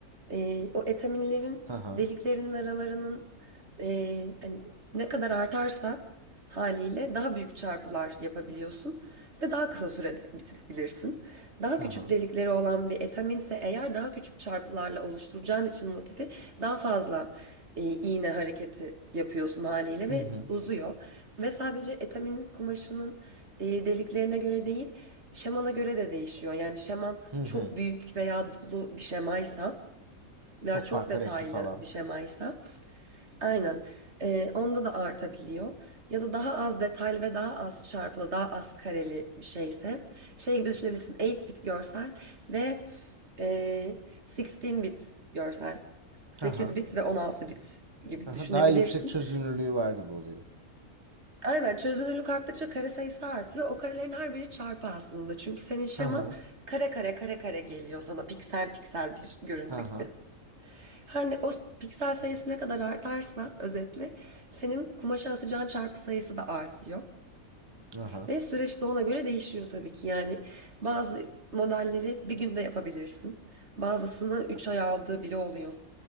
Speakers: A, on the right; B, on the right.
A: E, o etaminlerin
B: Hı hı.
A: deliklerinin aralarının e, hani ne kadar artarsa haliyle daha büyük çarpılar yapabiliyorsun ve daha kısa sürede bitirebilirsin. Daha
B: Hı
A: küçük
B: hı.
A: delikleri olan bir etaminse eğer daha küçük çarpılarla oluşturacağın için motifi daha fazla e, iğne hareketi yapıyorsun haliyle
B: Hı
A: ve
B: hı.
A: uzuyor. Ve sadece etamin kumaşının e, deliklerine göre değil, şemana göre de değişiyor. Yani şeman
B: Hı hı.
A: çok büyük veya dolu bir şemaysa veya
B: Çok
A: çok
B: farklı
A: detaylı
B: renkli falan.
A: bir şemaysa aynen e, onda da artabiliyor. Ya da daha az detaylı ve daha az çarpılı, daha az kareli bir şeyse şey gibi düşünebilirsin 8-bit görsel ve e, 16-bit görsel sekiz
B: Hı hı.
A: bit ve 16-bit gibi
B: Hı hı.
A: düşünebilirsin.
B: Daha yüksek çözünürlüğü var gibi oluyor.
A: Aynen çözünürlük arttıkça kare sayısı artıyor. O karelerin her biri çarpı aslında. Çünkü senin şeman
B: Hı hı.
A: kare kare kare kare geliyor sana piksel piksel bir görüntü
B: Hı hı.
A: gibi. Her ne o piksel sayısı ne kadar artarsa özetle senin kumaşa atacağın çarpı sayısı da artıyor.
B: Aha.
A: Ve süreç de ona göre değişiyor tabii ki. Yani bazı modelleri bir günde yapabilirsin. Bazısını 3 ay aldığı bile oluyor.